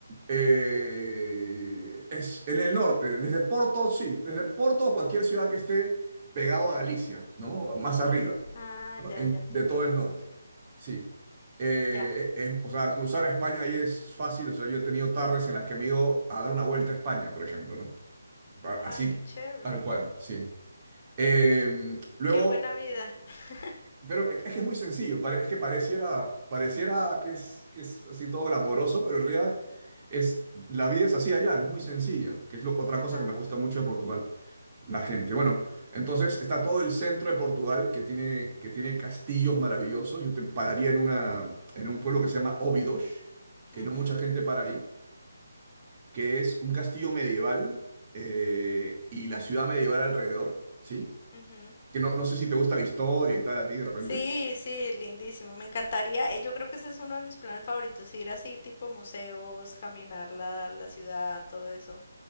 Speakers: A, on the right; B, on the left.
A: eh, es en el norte, desde Porto, sí, desde Porto o cualquier ciudad que esté pegado a Galicia, ¿no? Más arriba,
B: Ah,
A: ¿no?
B: ya,
A: En-
B: ya entendí.
A: de todo el norte. Sí. Eh,
B: Ya.
A: es- o sea, cruzar a España ahí es fácil. O sea, yo he tenido tardes en las que me he ido a dar una vuelta a España, por ejemplo, ¿no? Pa-
B: Ajá,
A: Así,
B: qué chévere.
A: tal cual, sí. Eh, luego,
B: Qué buena vida. <laughs>
A: pero es que es muy sencillo, pare- es que pareciera, pareciera que es, que es así todo glamoroso, pero en realidad es, la vida es así allá, es muy sencilla, que es lo- otra
B: Ajá.
A: cosa que me gusta mucho de Portugal, la gente. Bueno, entonces está todo el centro de Portugal que tiene, que tiene castillos maravillosos. Yo te pararía en, una, en un pueblo que se llama Óbidos, que
B: ujú,
A: no mucha gente para ahí, que es un castillo medieval eh, y la ciudad medieval alrededor, ¿sí?
B: ujú.
A: Que no, no sé si te gusta la historia y tal a ti de repente.
B: Sí, sí, lindísimo. Me encantaría. eh, Yo creo que ese es uno de mis planes favoritos, ir así tipo museos, caminar la, la ciudad, todo eso.